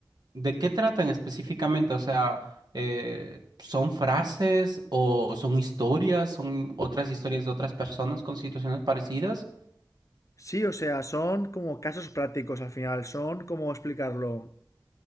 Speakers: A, on the right; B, on the left.
A: ¿de qué tratan específicamente? O sea, eh, ¿son frases o son historias? ¿Son otras historias de otras personas con situaciones parecidas?
B: Sí, o sea, son como casos prácticos al final, son como explicarlo.